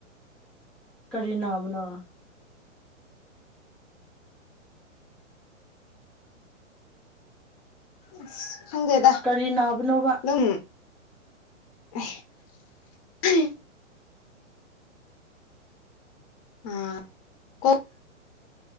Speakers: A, in the centre; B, on the left.
A: ꯀꯔꯤ ꯅꯥꯕꯅꯣ꯫
B: ꯑꯁ ꯈꯪꯗꯦꯗꯥ
A: ꯀꯔꯤ ꯅꯥꯕꯅꯣꯕ
B: ꯗꯨꯝ ꯑꯍꯦ ꯍꯦ꯫ ꯑꯥ ꯀꯣꯛ